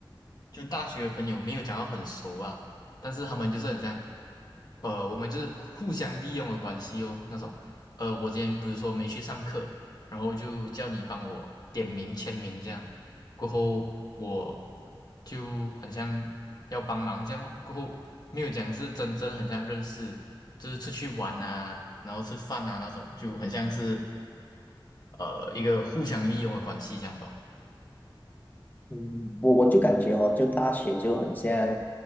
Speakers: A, on the left; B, on the left.
A: 就大学的朋友没有讲到很熟啊，但是他们就是很像，呃，我们就是互相利用的关系哦，那种，呃，我今天比如说没去上课，然后就叫你帮我点名签名这样，过后我就很像要帮忙这样哦过后没有讲是真正很像认识，就是出去玩啊，然后吃饭啊那种，就很像是，呃，一个互相利用的关系这样吧。
B: 嗯，我我就感觉哦，就大学就很像